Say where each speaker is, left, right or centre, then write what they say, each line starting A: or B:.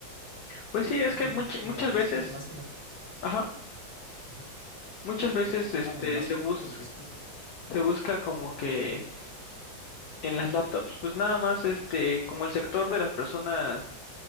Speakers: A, on the left (about 65°); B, on the left (about 35°).
A: Pues sí, es
B: <clears throat>
A: que much-
B: Mira,
A: muchas veces,
B: es que más que nada,
A: ajá,
B: ujú.
A: muchas veces este
B: ah, bueno, más
A: se
B: que
A: busca
B: nada porque es que...
A: se busca como que en las laptops, pues nada más, este, como el sector de las personas,